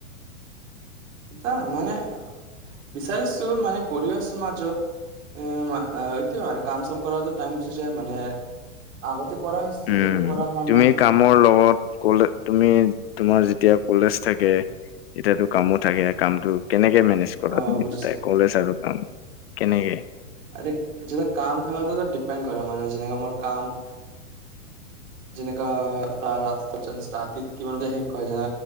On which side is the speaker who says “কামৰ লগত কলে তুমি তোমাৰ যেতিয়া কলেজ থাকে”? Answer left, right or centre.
Left